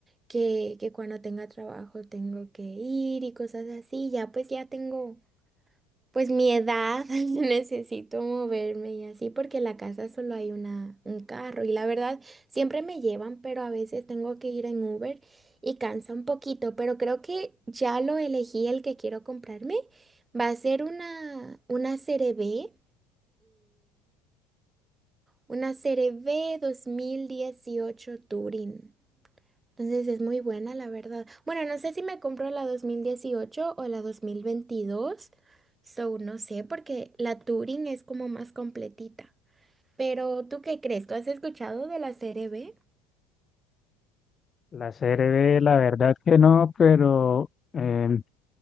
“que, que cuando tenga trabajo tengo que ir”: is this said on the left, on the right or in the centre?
Right